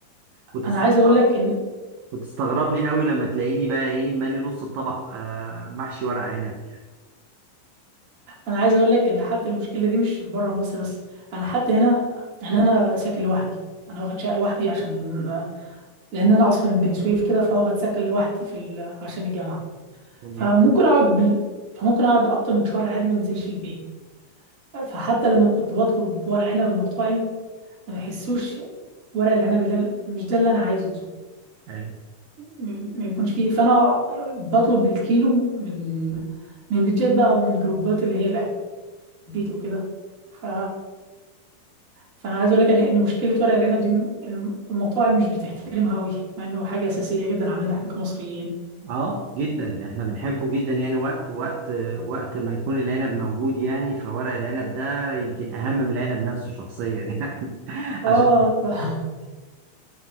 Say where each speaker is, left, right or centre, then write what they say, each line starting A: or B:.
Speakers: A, on the right; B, on the right.
A: وتستغرب
B: انا عايز اقول لك ان
A: وتستغربني قوي لما تلاقيني بقى ايه مالي نص الطبق آه محشي ورق عنب يعني
B: انا عايز اقول لك ان حتى المشكله دي مش بره مصر بس انا حتى هنا يعني انا ساكن لوحدي انا واخد شقه لوحدي عشان لان انا اصلا من بني سويف كده فواخد سكن لوحدي في ال... عشان الجامعه
A: تمام
B: فممكن اقعد بال... فممكن اقعد اكتر من شهر عادي ما انزلش البيت فحتى لما كنت بطلب ورق عنب من المطاعم ما بحسوش ورق العنب اللي أنا- مش ده اللي انا عايزه
A: أيوة.
B: ما بيكونش فيه فانا بطلب بالكيلو من من بيتجات بقى ومن جروبات اللي هي الاكتيفيتي وكده ف فانا عايز اقول لك ان إن مشكله ورق العنب دي الم- المطاعم مش بتحترمها قوي مع انه حاجه اساسيه جدا عندنا احنا كمصريين
A: اه جدا احنا بنحبه جدا يعني وقت وقت وقت ما يكون العنب موجود يعني فورق العنب ده يمكن اهم من العنب نفسه شخصيا يعني <laughs>
B: اه
A: عشان
B: <laughs>